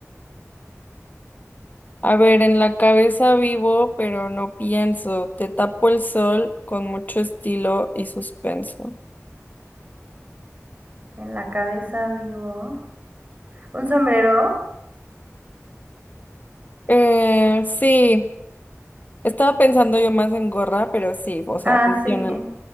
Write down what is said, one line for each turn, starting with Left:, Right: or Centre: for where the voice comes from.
Left: A ver, en la cabeza vivo, pero no pienso. Te tapo el sol con mucho estilo y suspenso.
Right: En la cabeza vivo. ¿Un sombrero?
Left: Eh, sí, estaba pensando yo más en gorra, pero sí, o sea,
Right: Ah,
Left: funciona.
Right: sí, <laughs>